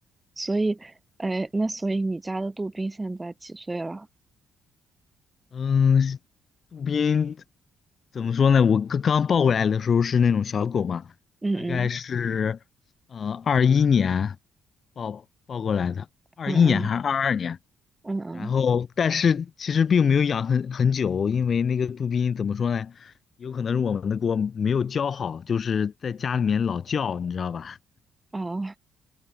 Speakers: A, on the right (about 15°); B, on the left (about 50°).
A: 所以，哎，那所以你家的杜宾现在几岁了？
B: 嗯，杜宾怎么说呢？我刚刚抱过来的时候是那种小狗嘛，
A: 嗯嗯
B: 大概是呃二一年抱抱过来的，二一年还是二二年？
A: 嗯嗯嗯嗯，
B: 然后，但是其实并没有养很很久，因为那个杜宾怎么说呢？有可能是我们的锅没有教好，就是在家里面老叫，你知道吧？
A: 哦，